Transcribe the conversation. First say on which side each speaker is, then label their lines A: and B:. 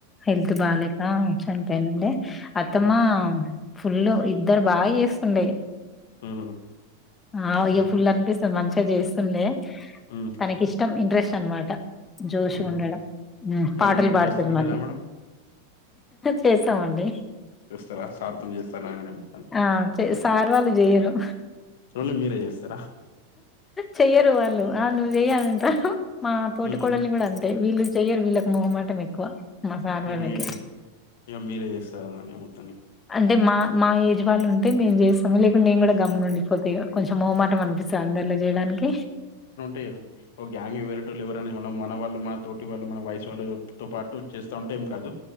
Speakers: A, on the left; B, on the left.
A: హెల్త్ బాగలే ఆ చెంతేనండి అత్తమ్మా
B: హ్మ్
A: ఫుల్లు ఇద్దరు బాగ చేస్తుండే
B: హ్మ్
A: ఆ ఇయ్య
B: హుహు.
A: ఫుల్లు అనిపిస్ అసలు మంచిగ చేస్తుండే
B: హ్మ్.
A: తనకి ఇష్టం ఇంట్రెస్ట్ అనమాట జోష్
B: హుహు.
A: ఉండడం
B: మరి
A: పాటలు
B: మీరు
A: పాడుతది
B: చేస్తారా
A: మళ్ళీ
B: లేదా మేడం?
A: చేస్తామండి
B: చేస్తారా? సార్‌తో చేస్తానననే మొత్తానికి.
A: ఆ సార్ వాళ్లు జేయరు
B: చూడి మీరే చేస్తారా
A: చెయ్యరు వాళ్ళు ఆ నువ్వు చెయ్యాలంట మా తోటి
B: హ్మ్.
A: కోడల్ని కూడా అంతే వీళ్ళు చెయ్యర్ వీళ్ళకు మొహమాట మా పార్లర్లకి
B: ఇగ మీరే ఇగ మీరే చేస్తారననే మొత్తాన్ని.
A: అంటే మా మా ఏజ్ వాళ్ళు ఉంటే మేం చేస్తాము లేకుంట నేను కూడా గమ్మునుండి పోతా కొంచెం మొహమాటం అనిపి స అందరిల చేయడానికి
B: కెలు ఓ గ్యాంగ్ వేరేటోలు ఎవరన్నా మనం మన వాళ్ళు మన తోటి వాళ్ళు మన వయసు వాళ్ళుతో పాటు చేస్తా ఉంటే ఏం కాదు